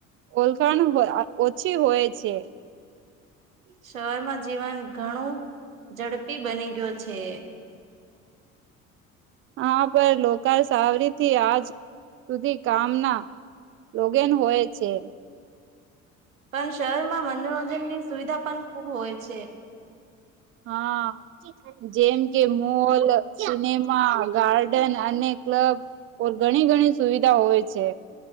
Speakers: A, on the right (about 35°); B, on the right (about 80°).
A: ઓલ્ખાણ ઓછી હોય છે
B: સવારમાં જીવન ઘણું ઝડપી બની ગયુ છે.
A: આ પર લોકા સાવરીથી આજ સુધી કામના લોગેન હોય છે,
B: પણ શહેરમાં મનોરંજનની સુવિધા પણ ખુબ હોય છે.
A: હા, જેમ કે મોલ સિનેમા ગાર્ડન અને ક્લબ ઘણી ઘણી સુવિધા હોય છે,